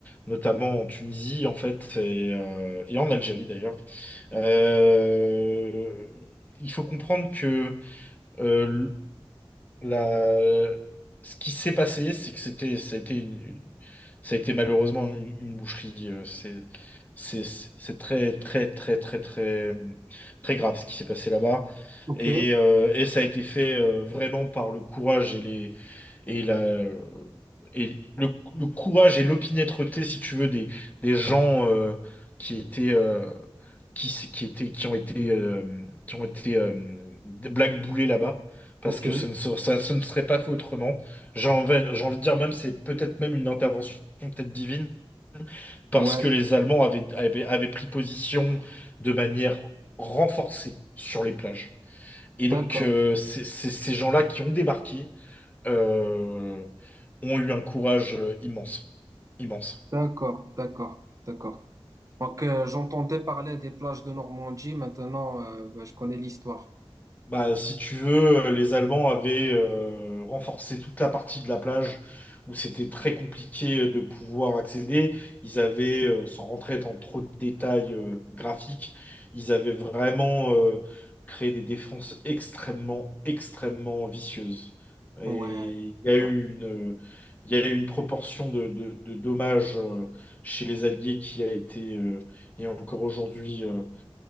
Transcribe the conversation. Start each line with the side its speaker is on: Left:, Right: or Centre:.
Left: notamment en Tunisie, en fait, et, euh, et en Algérie, d'ailleurs. Euh, il faut comprendre que euh, La- Ce qui s'est passé, c'est que c'était, ça a été, une- ça a été malheureusement une, une boucherie. euh, C'est, c'est, c'est très, très, très, très, très, très grave ce qui s'est passé là-bas.
Right: Ok,
Left: Et, euh, et ça a été fait euh, vraiment par le courage et les, et la, et le, le courage et l'opiniâtreté, si tu veux, des, des gens euh, qui étaient, euh, qui, s- qui étaient, qui ont été, euh, qui ont été euh, blackboulés là-bas parce
Right: ok.
Left: que ce ne, se- ça, ce ne serait pas fait autrement. J'ai envie, j'ai envie de dire même, c'est peut-être même une intervention peut-être divine, parce
Right: Ouais,
Left: que les Allemands avaient, avaient, avaient pris position de manière renforcée sur les plages. Et donc,
Right: d'accord,
Left: euh, c'est- c'est- ces gens-là qui ont débarqué euh, ont eu un courage euh, immense. Immense.
Right: d'accord, d'accord, d'accord. Donc euh, j'entendais parler des plages de Normandie. Maintenant, euh, bah, je connais l'histoire.
Left: Bah, si tu veux, euh, les Allemands avaient euh, renforcé toute la partie de la plage où c'était très compliqué euh, de pouvoir accéder. Ils avaient, euh, sans rentrer dans trop de détails euh, graphiques, ils avaient vraiment euh, créé des défenses extrêmement, extrêmement vicieuses. Et
Right: Ouais,
Left: il y a eu
Right: ouais,
Left: une, il y a eu une proportion de, de- de dommages euh, chez les Alliés qui a été, euh, et encore aujourd'hui, euh,